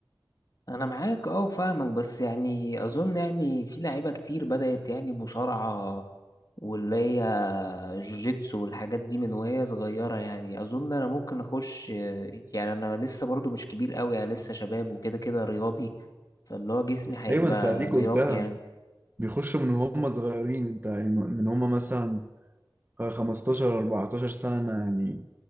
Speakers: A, on the left (about 45°); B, on the right (about 25°).
A: انا معاك اه فاهمك بس يعني اظن يعني في لعيبة كتير بدأت يعني مصارعة واللي هي جوجيتسو والحاجات دي من وهي صغيرة يعني أظن أنا ممكن أخش يعني أنا لسه برضو مش كبير قوي أنا لسه شباب وكده كده رياضي فاللي هو جسمي هيبقى
B: ايوه انت اديك
A: لياقي
B: قلتها
A: يعني
B: بيخشوا من هم صغيرين انت يعني من هم مثلا 15 14 سنة يعني